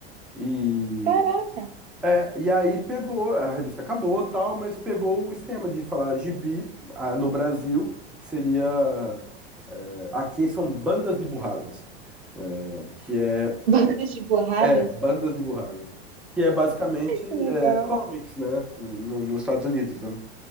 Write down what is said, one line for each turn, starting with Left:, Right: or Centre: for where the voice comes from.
Centre: E,
Right: Caraca,
Centre: é, e aí pegou, a revista acabou, tal, mas pegou o esquema de falar Gibi, ah, no Brasil, seria... eh, aqui são bandas de burradas, eh, que é
Right: <laughs> bandas de borradas.
Centre: É, bandas dibujadas. Que é basicamente
Right: Que legal.
Centre: é, comics, né? No- nos Estados Unidos, né?